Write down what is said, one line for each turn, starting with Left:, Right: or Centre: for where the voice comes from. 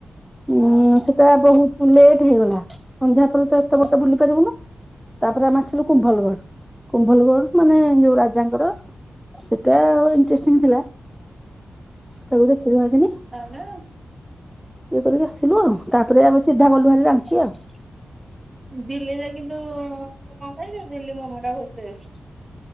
Centre: ଉଁ
Right: ଓହୋ
Centre: ସେଟା ବହୁ ଲେଟ୍ ହେଇଗଲା ସନ୍ଧ୍ୟା ପରେ ତ ଏତେ ବାଟ ବୁଲି ପାରିବୁନୁ ତାପରେ ଆମେ ଆସିଲୁ କୁମ୍ଭଲଗଡ। କୁମ୍ଭଲଗୋଡ ମାନେ ଯୋଉ ରାଜାଙ୍କର ସେଟା ଇଣ୍ଟ୍ ରେଷ୍ଟିଙ୍ଗ ଥିଲା। କଉଦଛିରୁ ଆନେ <unintelligible>
Right: ନା
Centre: ଇଏ କରିକି ଆସିଲୁ ଆଉ ତାପରେ ଆମେ ସିଧା କଲୁ ଭାରି ରାଞ୍ଚି ଆଉ।
Right: ଦିଲ୍ଲୀରେ କିନ୍ତୁ ମୋମୋ ଖାଇବ ଦିଲ୍ଲୀ ମୋମୋ ଟା ବହୁତ ଟେଷ୍ଟ।